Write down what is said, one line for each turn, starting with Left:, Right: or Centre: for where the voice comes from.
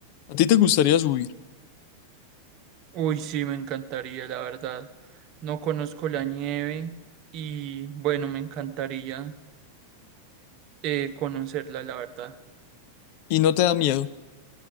Left: ¿A ti te gustaría subir
Right: Uy, sí, me encantaría, la verdad. No conozco la nieve y bueno, me encantaría eh, conocerla, la verdad.
Left: y no te da miedo?